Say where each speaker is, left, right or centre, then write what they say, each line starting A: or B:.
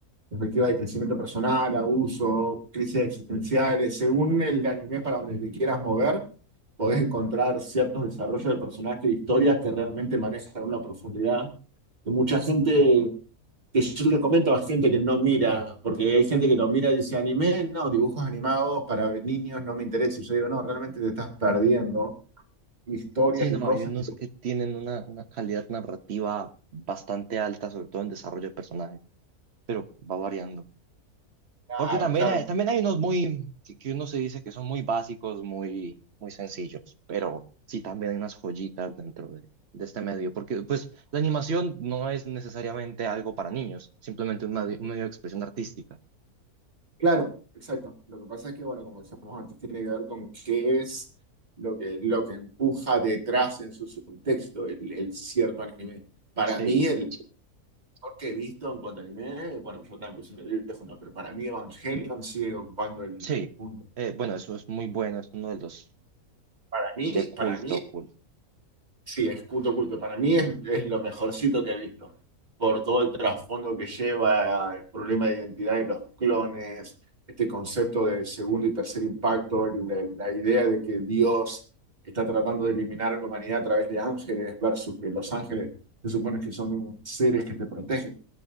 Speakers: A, on the right; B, on the right.
A: perspectiva de crecimiento personal, abuso, crisis existenciales. Según el anime para donde te quieras mover, podés encontrar ciertos desarrollos de personajes y historias que realmente manejan una profundidad que mucha gente, que yo le comento a gente que no mira, porque hay gente que lo mira y dice anime, no, dibujos animados para niños no me interesa. Y yo digo, no, realmente te estás perdiendo historias
B: Sí,
A: y
B: no,
A: cosas
B: hay unos
A: que...
B: que tienen una, una calidad narrativa bastante alta, sobre todo en desarrollo de personajes, pero va variando.
A: Claro,
B: Porque también
A: claro.
B: hay, también hay unos muy, que, que uno se dice que son muy básicos, muy, muy sencillos, pero sí también hay unas joyitas dentro de, de este medio, porque pues la animación no es necesariamente algo para niños, simplemente un medio un medio de expresión artística.
A: Claro, exacto. Lo que pasa es que, bueno, como decíamos antes, tiene que ver con qué es lo que, lo que empuja detrás en su subtexto el, el cierto anime. Para
B: Sí,
A: mí, el mejor que he visto en cuanto a anime, bueno, yo también pues, soy medio viejo, no, pero para mí Evangelion sigue ocupando el
B: sí.
A: punto.
B: Eh, bueno, eso es muy bueno, es uno de los
A: Para mí,
B: De
A: para
B: culto,
A: mí
B: culto.
A: Sí, es culto, culto. Para mí es, es lo mejorcito que he visto, por todo el trasfondo que lleva, el problema de identidad y los clones, este concepto de segundo y tercer impacto, el- la, la idea de que Dios está tratando de eliminar a la humanidad a través de ángeles versus que los ángeles se supone que son seres que te protegen,